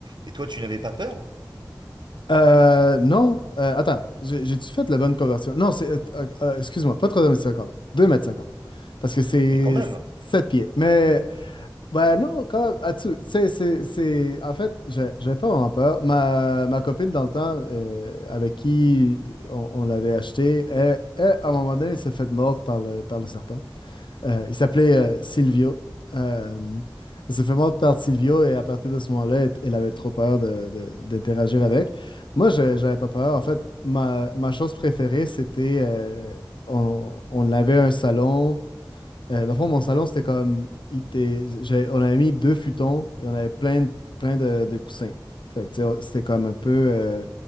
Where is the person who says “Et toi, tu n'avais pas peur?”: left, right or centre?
Right